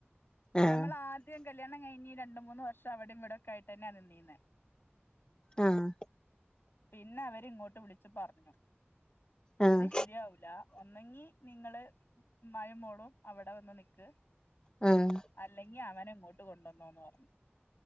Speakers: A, on the left (about 25°); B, on the left (about 60°).
A: ആഹ്
B: നമ്മൾ ആദ്യ ദ്യം കല്യാണം കഴിഞ് രണ്ട് മൂന്ന്ർഷ അവിടെ ഇവിടൊക്കെ ആയിട്ടന്നെ നിന്നീന്ന്.
A: ആഹ്.
B: പിന്നെ അവര് ഇങ്ങോട്ട് വിളിച്ചു പറഞ്ഞു
A: ആഹ്
B: ഇത് ശരിയാവൂല ഒന്നങ്ങി നിങ്ങള് മ്മായും മോളും അവിടെ വന്ന് നിക്ക്.
A: ഉം.
B: അല്ലെങ്കി അവനെ ഇങ്ങോട്ട് കൊണ്ടുവന്നോന്നറഞ്ഞു.